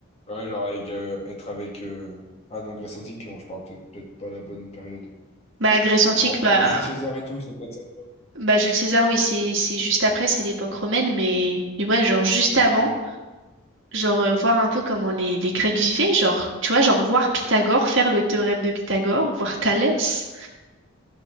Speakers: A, on the left; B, on the right.
A: Ouais, genre avec, euh, être avec, euh, ah non, Grèce antique, non, je parle peut-être peut-être pas la bonne période.
B: Bah, la Grèce antique,
A: Genre en période
B: bah,
A: de Jules César et tout, ça peut être sympa.
B: bah Jules César, oui, c'est c'est juste après, c'est l'époque romaine, mais, mais ouais, genre juste avant,
A: Ouais.
B: genre euh, voir un peu comment les, les Grecs vivaient, genre, tu vois, genre voir Pythagore faire le théorème de Pythagore, voir Thalès,